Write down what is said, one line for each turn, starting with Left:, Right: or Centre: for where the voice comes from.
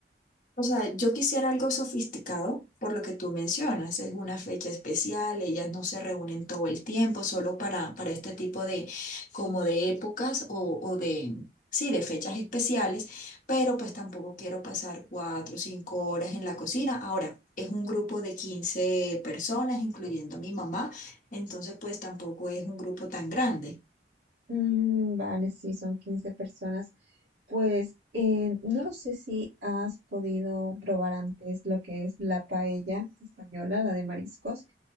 Left: O sea, yo quisiera algo sofisticado por lo que tú mencionas. Es una fecha especial, ellas no se reúnen todo el tiempo, solo para, para este tipo de, como de épocas o, o de, sí, de fechas especiales, pero pues tampoco quiero pasar cuatro o cinco horas en la cocina. Ahora, es un grupo de 15 personas, incluyendo a mi mamá, entonces pues tampoco es un grupo tan grande.
Right: Mm, vale, sí, son 15 personas. Pues eh, no lo sé si has podido probar antes lo que es la paella española, la de mariscos,